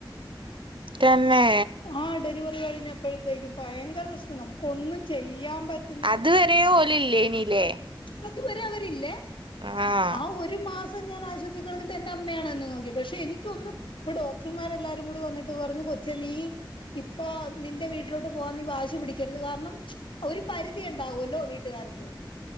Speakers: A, on the right (about 75°); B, on the left (about 85°).
A: തന്നെ
B: ആഹ് ഡെലിവറി കഴിഞ്ഞപ്പഴത്തേക്കും ഭയങ്കര പ്രശ്നം നമുക്കൊന്നും ചെയ്യാൻ പറ്റ
A: അത് വരെ ഓല് ഇല്ലേനി ലേ
B: അതുവരെ അവരില്ലേ
A: ആഹ്
B: ആ ഒര രു മാസം ഞാൻ ആശുപത്രി കെടന്നിട്ട് എന്റെ അമ്മയാണെന്നെ നോക്കിയെ പക്ഷെ എനിക്കൊന്നും പ്പോ ഡോക്ടർമാർ എല്ലാരും കൂടി വന്നിട്ട് പറഞ്ഞു കൊച്ചേ നീ ഇപ്പോ നിന്റെ വീട്ടിലോട്ട് പോവാൻ നീ വാശി പിടിക്കരുത് കാരണം ഒരു പരിധി ഉണ്ടാവുല്ലോ വീട്ടുകാർക്ക്